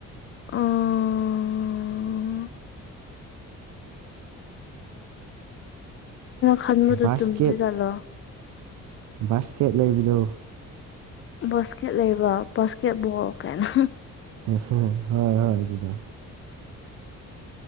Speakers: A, on the left; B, on the right.
A: ꯑꯥꯥꯥꯥꯥꯥꯥ ꯈꯟꯕꯗꯨ
B: ꯕꯥꯁꯀꯦꯠ
A: ꯆꯨꯝꯗꯣꯏꯖꯠꯂꯣ
B: ꯕꯥꯁꯀꯦꯠ ꯂꯩꯕꯗ
A: ꯕꯥꯁꯀꯦꯠ ꯂꯩꯕ ꯕꯥꯁꯀꯦꯠ ꯕꯣꯜ ꯀꯥꯏꯅ
B: ꯍꯣꯏ ꯍꯣꯏ ꯑꯗꯨꯗꯥ